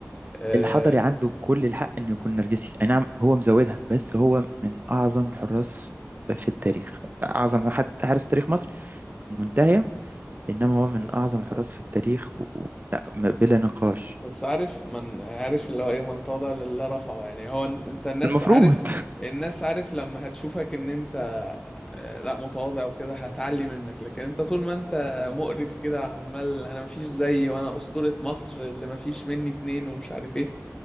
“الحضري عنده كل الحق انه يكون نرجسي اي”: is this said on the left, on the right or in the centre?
Right